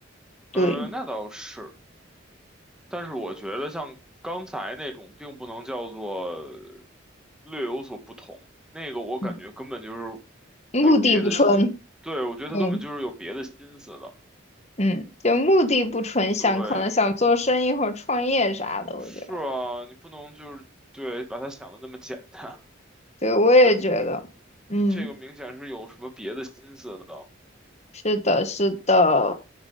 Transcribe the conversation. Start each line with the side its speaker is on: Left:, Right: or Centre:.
Left: 对，
Centre: 哼，呃那倒是。但是我觉得像刚才那种，并不能叫做略有所不同。那个我感觉根本就是
Left: 嗯，目的不纯。
Centre: 还有别的心，对，我觉得他根本就是有别的心思的。
Left: 嗯嗯，就目的不纯，想可能想做生意或者创业啥的，
Centre: 对，
Left: 我觉得。
Centre: 是啊，你不能就是对把他想的那么简单。
Left: 对，我也觉得，
Centre: 对，
Left: 嗯。
Centre: 就这个明显是有什么别的心思的。
Left: 是的，是的，